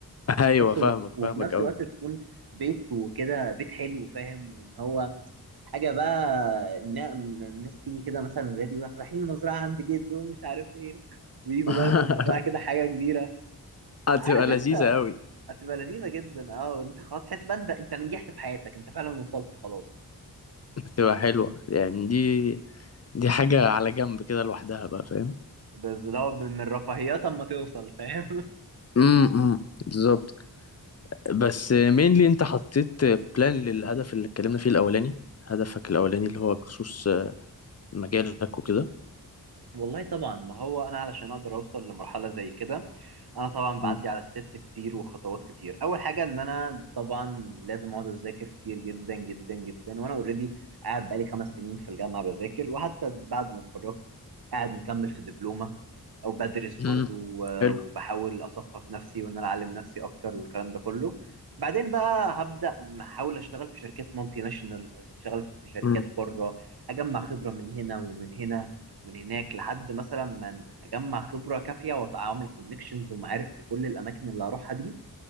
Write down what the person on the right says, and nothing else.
بس
و- وفي
نفس
الوقت تكون بيت وكده بيت حلو فاهم وان هو حاجه بقى إن- إن الناس تيجي كده مثلا ولادي يروحوا رايحين المزرعه عند جده ومش عارف ايه ويجوا
بقى يكون المزرعه كده حاجه كبيره
عارف
انت
هتبقى لذيذه جدا اه وانت خلاص تحس بقى انت انت نجحت في حياتك انت فعلا وصلت خلاص
بس ده هو من رفاهيات اما توصل فاهم
والله طبعا ما هو انا علشان اقدر اوصل لمرحله زي كده انا طبعا بعدي
على ستيبس كتير وخطوات كتير اول حاجه ان انا طبعا لازم اقعد اذاكر كتير جدا جدا جدا وانا اوريدي قاعد بقالي خمس سنين في الجامعه بذاكر وحتى بعد ما اتخرجت قاعد مكمل في دبلومه او بدرس برضو
و-
وبحاول اثقف نفسي وان انا اعلم نفسي اكتر والكلام ده كله بعدين بقى هبدا احاول اشتغل في شركات مالتي ناشونال اشتغل في شركات
بره اجمع خبره من هنا ومن هنا من هناك لحد مثلا ما اجمع خبره كافيه واتعامل كونكشنز ومعارف في كل الاماكن اللي هروحها دي